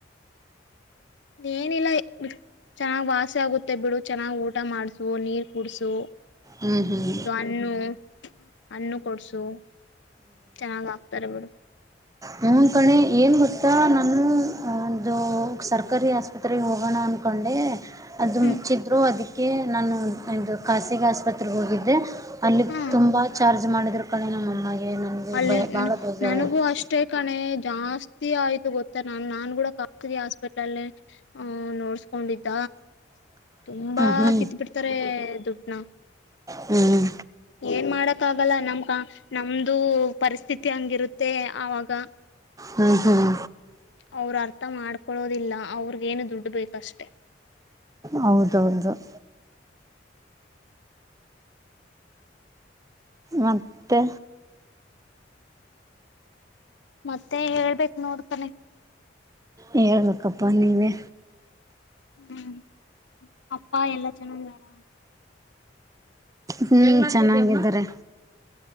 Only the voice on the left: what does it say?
ಏನಿಲ್ಲಾ ಚೆನ್ನಾಗ್ ವಾಸಿ ಆಗುತ್ತೆ ಬಿಡು ಚೆನ್ನಾಗ್ ಊಟ ಮಾಡ್ಸು ನೀರ್ ಕುಡ್ಸು
ಹಣ್ಣ ಹಣ್ಣು ಕೊಡ್ಸು ಚೆನ್ನಾಗ್ ಆಕ್ತಾರ ಬಿಡು
ಹ್ಮ್
ಹಾ
ಅಲ್ಲಿ
ನನಗೂ ಅಷ್ ಅಷ್ಟೇ ಕಣೆ ಜಾಸ್ತಿ ಆಯ್ತು ಗೊತ್ತ ನ ನಾನ್ ಕೂಡ ಖಾಸಗಿ ಹಾಸ್ಪೆಟ್ಲೆಲ್ಲೆ. ಹ ನೋಡ್ಸ್ಕೊಂಡಿದ್ದ ತುಂಬಾ
ಕಿತ್ ಬಿಡ್ತಾರೆ ದುಡ್ನ.
ಏನ್ ಮಾಡಕ್ ಆಗಲ್ಲ ನಮ್ಕ ನಮ್ದು ಪರಿಸ್ಥಿತಿ ಹಂಗಿರುತ್ತೆ ಆವಾಗ.
ಅವ್ರು ಅರ್ಥ ಮಾಡ್ಕೊಳ್ಳೋದಿಲ್ಲ ಅವ್ರಗೇನು ದುಡ್ಡು ಬೇಕಷ್ಟೆ.
ಮತ್ತೆ ಹೇಳ್ಬೇಕ್ ನೋಡ್ತಾನೆ.
ಹ್ಮ್ ಅಪ್ಪ ಎಲ್ಲಾ ಚನ್ನಾಗಿದರ.